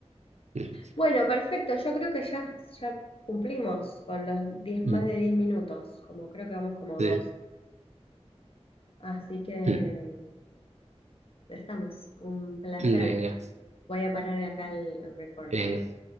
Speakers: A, on the right (about 80°); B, on the left (about 55°).
A: Mm.
B: Bueno, perfecto, yo creo que ya, ya cumplimos con los 10 más
A: Mm.
B: de 10 minutos, como creo que vamos como
A: Sí.
B: 12. Así que
A: Mm. mm,
B: estamos. Un placer.
A: Venga,
B: Voy a parar acá el recording.
A: venga.